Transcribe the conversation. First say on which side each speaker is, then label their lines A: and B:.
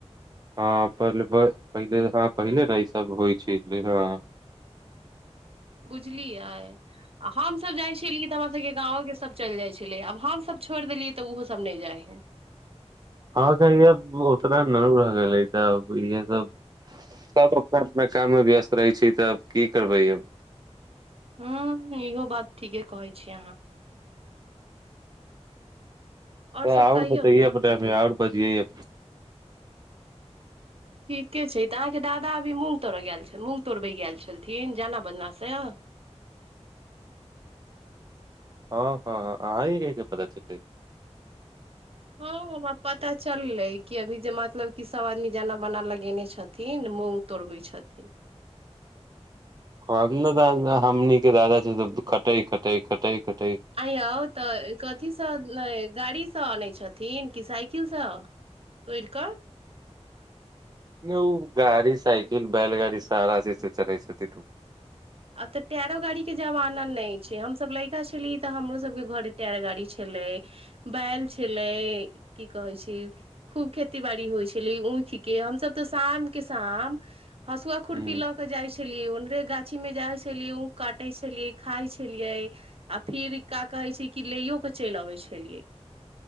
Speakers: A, on the right; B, on the right.
A: हँ पहिले पहिले हँ पहिले ने ईसभ होइ छै हँ
B: बुझलियै आ हमसभ जाइ छियियै तऽ हमरासभके गाँवोके सभ चलि जाइ छलै आब हमसभ छोड़ि देलियै तऽ ओहोसभ नहि जाइ हइ
A: हँ तब उतना न र गेलै तऽ इह सब सब अपना अपना काम मे व्यस्त रहै छी तब की करबै अब
B: ह्म इहो बात ठीके कहै छी अहाँ और
A: ह
B: सब
A: आउड
B: कहियौ
A: बतै
B: ने
A: प आओर बस ईहा बज
B: ठीके छै तऽ अहाँके दादा अभी मूँग तोड़य गेल छल मूँग तोड़बै गेल छलथिन जाना बदनासँ
A: हँ हँ हँ आहिंकें पता चललै
B: हमरा पता चललै कि अभी जे मतलब क सब आदमी जान बना लगेने छथिन मूग तोड़बै छथिन
A: ह ने द हमनी के दादा छै खटे खट ख
B: आय यौ तऽ कथीसँ गाड़ीसँ अनैत छथिन कि साइकिलसँ तोरि कऽ
A: नहि ओ गाड़ी साइकिल बैलगाड़ी सारा चीज से चलै छथिन
B: आब तऽ टेरो गाड़ी के जमाना नहि छै हमसभ लड़का छली तऽ हमरो सभके घरे टैर गाड़ी छलै बैल छलै की कहै छै खूब खेती बाड़ी होइ छलै ऊख के हमसभ तऽ शाम के शाम हसुआ खुुरपी
A: हूँ
B: लऽ के जाइ छलियी ओनरे गाछ जा छललै काटै छलियै खाइ छलियै आ फिर का कहै छै कि लो के चलि अबै छलियै